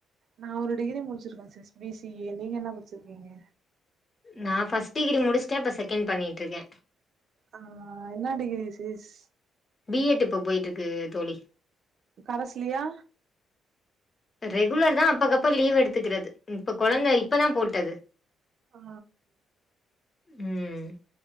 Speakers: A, on the right; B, on the left.
A: நான் ஒரு டிகிரி முடுச்சுருக்க சிஸ் பி சி ஏ நீங்க என்ன படுச்சுருக்கீங்க
B: நா ஃபஸ்ட் டிகிரி முடுச்சுட்ட இப்போ செகண்ட் பண்ணிட்ருக்க
A: ஆ என்ன டிகிரி சிஸ்
B: பி எட் இப்ப போயிட்டு இருக்கு தோழி
A: கரஸ்லியா
B: ரெகுலர்தா அப்பக்கப்ப லீவ் எடுத்துக்குறது இப்ப கொழந்த இப்பதா போட்டது
A: ஆ
B: ம்